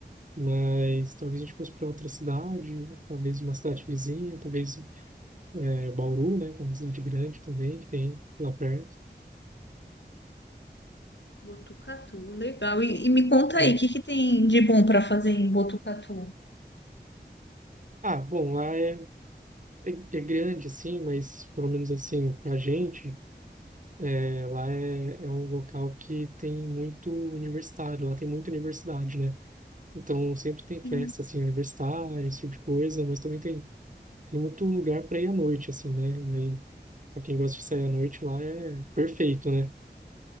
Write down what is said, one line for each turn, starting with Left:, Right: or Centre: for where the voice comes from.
Right: Mas talvez a gente fosse para outra cidade, talvez uma cidade vizinha, talvez é, Bauru, né, que é uma cidade grande também, que tem lá perto.
Left: Botucatu, legal. E, e me conta
Right: né.
Left: aí, o que que tem de bom para fazer em Botucatu?
Right: Ah, bom, lá é, é, é grande, assim, mas pelo menos assim, pra gente, é, lá é, é um local que tem muito universitário, lá tem muita universidade, né? Então sempre tem festa,
Left: Hum.
Right: assim, universitária, esse tipo de coisa, mas também tem, tem muito lugar para ir à noite, assim, né? E aí, pra quem gosta de sair à noite, lá é perfeito, né?